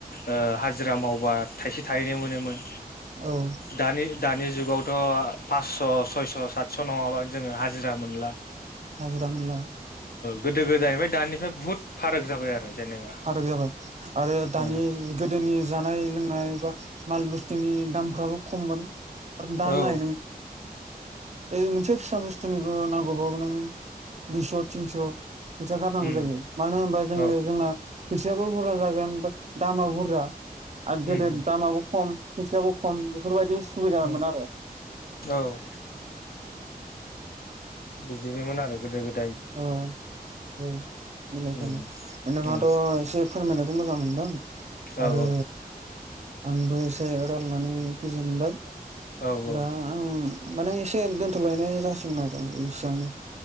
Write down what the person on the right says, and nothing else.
औ
हाजिरा मोनला
हाद जाबाय आरो दानि
गोदोनि जानाय लोंनाया माल बुस्तुनि दामफ्राबो खममोन दा
नाय नों ओरै मोनसे फिसा बुस्थुनिबो नांगौबावो नों दुइस' थिनस' फैसा गारनांगौ
जायो मानो होनोबा जोङो
जोंना फैसायाबो बुरजा जागोन ब दामाबो बुरजा आरो
गोदो
दामाबो खम फैसायाबो खम बेफोरबायदि सुबिदामोन
आरो
औ औ मिलायथारना
ओमफाय नोंहाथ'
एसे फोरमाय बेखौ मोजां मोनदों
आरो
आंबो एसे रायलायनानै गोजोनबाय
दा
आं माने एसे दोनथ'लायनाय जासिगोन आरो इसेयावनो